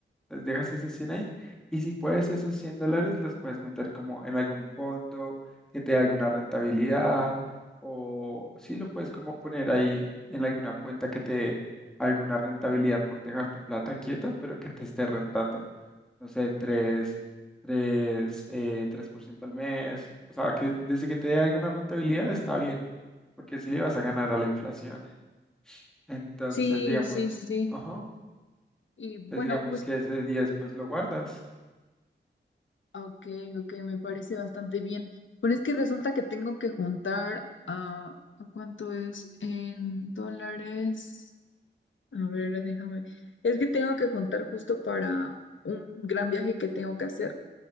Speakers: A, in the centre; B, on the left.
A: pues Dejas esos 100 ahí. Y si puedes, esos 100 dólares los puedes meter como en algún fondo que te dé alguna rentabilidad. O sí, lo puedes como poner ahí en alguna cuenta que te dé alguna rentabilidad por dejar tu plata quieta, pero que te esté rentando, no sé, tres tres eh, tres por ciento al mes. O sea, que desde que te dé alguna rentabilidad está bien, porque si le vas a ganar a la inflación. Entonces,
B: Sí,
A: digamos,
B: sí, sí, sí.
A: ajá,
B: Y bueno,
A: entonces digamos que ese 10 pues lo guardas.
B: Ok, ok, me parece bastante bien. Pero es que resulta que tengo que juntar a ¿a ¿cuánto es en dólares? A ver, déjame. Es que tengo que juntar justo para un gran viaje que tengo que hacer.